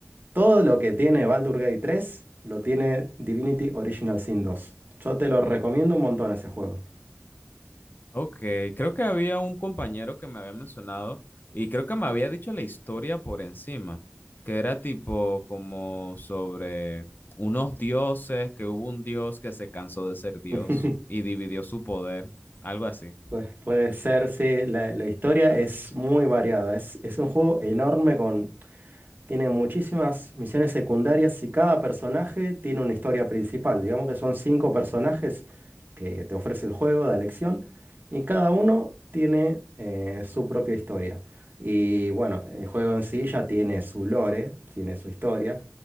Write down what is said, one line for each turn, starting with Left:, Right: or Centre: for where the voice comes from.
Right: Todo lo que tiene Baldur's Gate 3 lo tiene Divinity Original Sin 2. Yo te lo recomiendo un montón ese juego.
Left: Ok, creo que había un compañero que me había mencionado y creo que me había dicho la historia por encima, que era tipo como sobre unos dioses, que hubo un dios que se cansó de ser dios
Right: <laughs>
Left: y dividió su poder, algo así.
Right: Pues puede ser, sí, la, la historia es muy variada. Es, es un juego enorme con, tiene muchísimas misiones secundarias y cada personaje tiene una historia principal. Digamos que son cinco personajes que te ofrece el juego de elección y cada uno tiene eh, su propia historia. Y bueno, el juego en sí ya tiene su lore, tiene su historia,